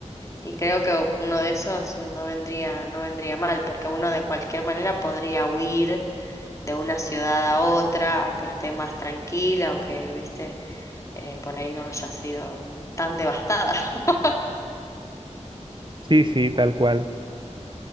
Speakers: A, on the left; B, on the right.
A: Y creo que uno de esos no vendría, no vendría mal, porque uno de cualquier manera podría huir de una ciudad a otra, a que esté más tranquila o que, viste, eh, por ahí no haya sido tan devastada. <laughs>
B: Sí, sí, tal cual.